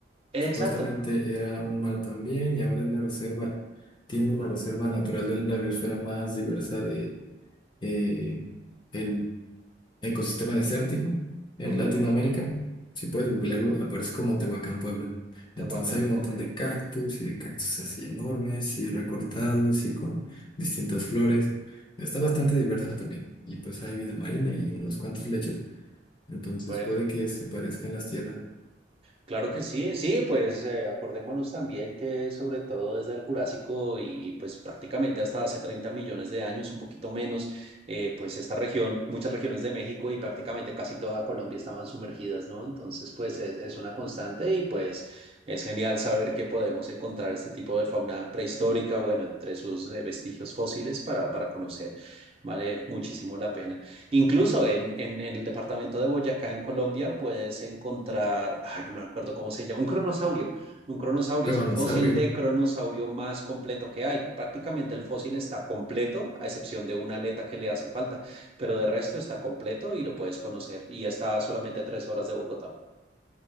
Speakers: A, on the right; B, on the left.
A: Exacto,
B: Supuestamente era un mar también y ahora es la reserva, tiene la reserva natural de la biosfera más diversa de eh, el ecosistema desértico en
A: ujú,
B: Latinoamérica. Si puedes googlearlo, aparece como Tehuacán, Puebla.
A: Tehuacán,
B: Entonces hay un montón
A: ok,
B: de cactus y de cactus así enormes y recortados y con distintas flores. Está bastante diverso también. Y pues hay vida marina y unos cuantos lechos. Entonces
A: bueno.
B: puede que se parezcan las tierras.
A: Claro que sí, sí, pues eh, acordémonos también que sobre todo desde el Jurásico y pues prácticamente hasta hace 30 millones de años, un poquito menos, eh, pues esta región, muchas regiones de México y prácticamente casi toda Colombia estaban sumergidas, ¿no? Entonces, pues es, es una constante y pues es genial saber que podemos encontrar este tipo de fauna prehistórica, bueno, entre sus eh, vestigios fósiles para, para conocer, vale muchísimo la pena. Incluso en, en, en el departamento de Boyacá, en Colombia, puedes encontrar, ay, no me acuerdo cómo se llama, un cronosaurio. Un cronosaurio
B: Cronosaurio.
A: es el fósil de cronosaurio más completo que hay. Prácticamente el fósil está completo, a excepción de una aleta que le hace falta, pero de resto está completo y lo puedes conocer. Y ya está a solamente tres horas de Bogotá.